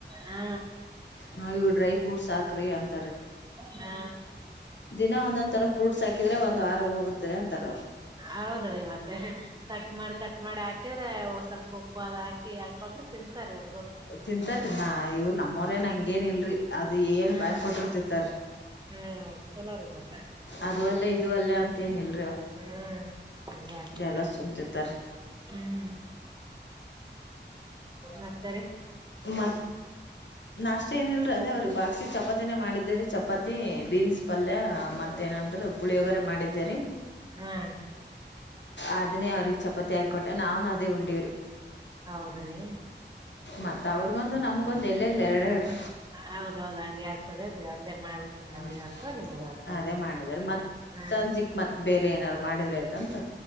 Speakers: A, on the right; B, on the left.
A: ಹಾ
B: ಹ ಇವುಡ್ರೈ ಕುಡ್ ಸಾಕ್ರೆ ಅಂತ
A: ಹ್ಮ
B: ದಿನ ಒಂದೊಂದ ತರ ಫ್ರಟ್ಸ್ ಹಾಕಿದೆ. ಒಂದು ವಾರ ಹೋಗುತ್ತಾರೆ ಅಂತಾರ ಅವರು.
A: ಹೌದ ರೀ ಮತ್ತೆ ಕಟ್ ಮಾಡಿ ಕಟ್ ಮಾಡಿ ಹಾಕ್ ಹ್ರ ಸ್ವಲ್ಪ ಉಪ್ಪು ಅದು ಹಾಕಿ ಹಾಕಿ ಕೊಟ್ರೆ ತಿಂತಾರೆರು.
B: ತಿಂತಾರ ನಾ ಇವರು ನಮ್ಮವರೇನ ಹಂಗೇನ್ ಇಲ್ರಿ ಅದು ಏನ್
A: ಹಾ
B: ಹಾಕಕೊಟ್ರಿ ತಿಂತಾರ
A: ಹ್ಮ್ ಚಲೋ ರೀ ಮತ್ತ
B: ಅದವಲ್ಲ ಇದು ಅಲ್ಲ ಅಂತ ಏನಿಲ್ಲ.
A: ಹ್ಮ್ ಆತಾ
B: ಎಲ್ಲ ಸುಮ್ ತಿಂತಾರೀ
A: ಹ್ಮ್ ಮತ್ತಾರೆ.
B: ಮತ್ ನಾಷ್ಟ ಏನಲ್ರ ಅದೇ ಅವ್ರಿಗೆ ಬಾಕ್ಸಿ ಚಪಾತಿನೇ ಮಾಡಿದ್ದೇರಿ. ಚಪಾತಿ ಬೀನ್ಸ್ ಪಲ್ಯ ಮತ್ತೇಏನಂದ್ರರು ಪುಳಿ ಒಗರ ಮಾಡಿದ್ದೇರಿ.
A: ಹ್ಮ್
B: ಅದನೇ ಅವ್ರಗ್ ಚಪ್ಪ ತ್ತ ಆಾಕೊಟ್ಟೆ ನಾವ್ನ್ ಅದೇ ಉಂಡಿವ್ರಿ
A: ಹೌದ್ರಿ
B: ಮತ್ತ ಅವ್ರಗೊಂದು ನಮಗೊಂದು ಎಲ್ಲೆಲ್ಲ ಎರಡೆರಡು.
A: ಹೌದೌದ್ ಹಂಗೆ ಆಗ್ತದೇಳ್ರಿ ಒಂದೇ ಮಾಡ್ಬಿಟ್ರ ಕಡೆ
B: ಹ್ಮ್
A: ಅವ್ರಗ್ ಆಗ್ತದ ನಿಮ್ಗ ಆಗ್ತದ
B: ಅದೇ ಮಾಡಿದಿದ್ದಾರೆ ಮತ್ತ್
A: ಹಾ
B: ಸಂಜಿಕ್ ಮತ್ತ್ ಬೇರೆ ಏನಾರರು. ಮಾಡಿದ್ರ ಆಯತ್ ಅಂತ.